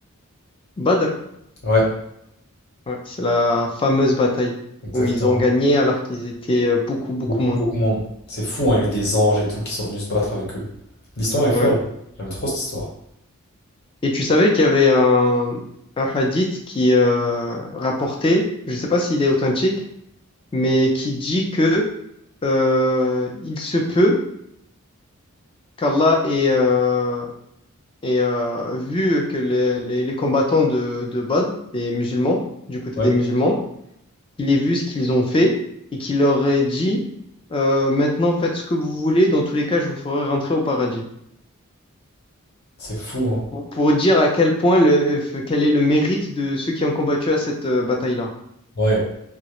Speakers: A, on the left; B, on the left.
A: Badr.
B: Ouais,
A: Ouais, c'est la fameuse bataille
B: exactement.
A: où ils ont gagné alors qu'ils étaient euh, beaucoup, beaucoup
B: Beaucoup,
A: moins.
B: beaucoup moins. C'est fou, hein, il y avait des anges et tout qui sont venus se battre avec eux. L'histoire est folle.
A: Ouais.
B: J'aime trop cette histoire.
A: Et tu savais qu'il y avait un, un hadith qui euh, rapportait, je ne sais pas s'il est authentique, mais qui dit que euh, il se peut qu'Allah ait, euh, Et euh, vu que les, les- les combattants de, de base, les musulmans, du côté
B: Ouais.
A: des musulmans, il ait vu ce qu'ils ont fait et qu'il leur ait dit euh, maintenant faites ce que vous voulez, dans tous les cas, je vous ferai rentrer au paradis.
B: C'est fou, hein.
A: Pour, pour dire à quel point, le, quel est le mérite de ceux qui ont combattu à cette euh, bataille-là.
B: Ouais.